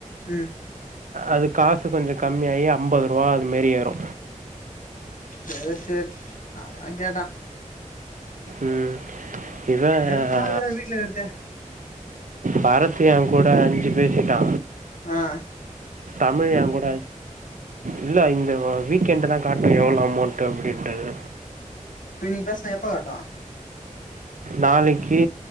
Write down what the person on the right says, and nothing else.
அது காசு கொஞ்ச கம்மிஆயி அம்பதுருவா அது மேரி ஏறு
ம் இவ
அ
பாரத்து ஏ கூட அஞ்சி பேசிட்டா
தமிழ் ஏங்கூட இல்ல இந்த வ வீக் எண்டுதா காட்டு எவ்ளோ அமோண்ட்டு அப்டின்றது
நாளக்கி